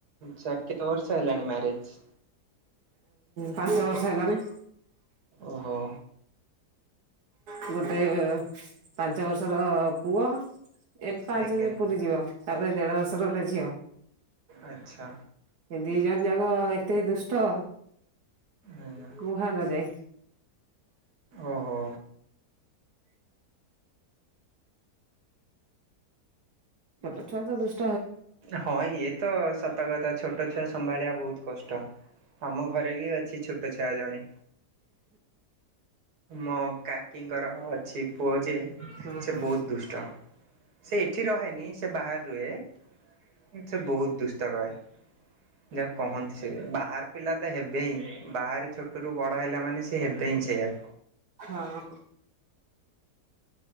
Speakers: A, on the right; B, on the right.
A: ଚା କେ ବର୍ଷ ହେଲାଣି ମ୍ୟାରେଜ?
B: ପାଞ୍ଚ ବର୍ଷ ହେଲାଣି।
A: ଓହୋ।
B: ଗୋଟେ ପାଞ୍ଚ ବର୍ଷର ପୁଅ। ଏବେ ପାଞ୍ଚ
A: ଆଜ୍ଞା
B: ପୁରୀ ଯିବ ତାପରେ ଦେଢ ବର୍ଷର ଗୋଟେ ଝିଅ।
A: ଆଚ୍ଛା
B: ଏ ଦି ଜଣ ଯାକ ଏତେ ଦୁଷ୍ଟ।
A: ଆଜ୍ଞା।
B: କୁହା ନ ଯାଏ।
A: ଓହୋ।
B: ଛୋଟ ଛୁଆ ତ ଦୁଷ୍
A: ହଁ ଇଏ ତ ସତ କଥା ଛୋଟ ଛୁଆ ସମ୍ଭାଳିବା ବହୁତ କଷ୍ଟ ଆମ ଘରେ ବି ଅଛି ଛୋଟ ଛୁଆ ଜଣେ। ମୋ କାକିଙ୍କର ଅଛି ପୁଅ ଯେ
B: ହୁଁ
A: ସେ
B: ହୁଁ
A: ବହୁତ ଦୁଷ୍ଟ। ସେ ଏଠି ରହେନି ସେ ବାହାରେ ରୁହେ ସେ ବହୁତ ଦୁଷ୍ଟ କାଳେ। ଯାହା କହନ୍ତି ସେ ବାହାର ପିଲା ତ ହେବେ ହିଁ ବାହାରେ ଛୋଟ ରୁ ବଡ ହେଲା ମାନେ ସେ ସେ ହେବେ ହିଁ ସେଇଆ।
B: ହଁ।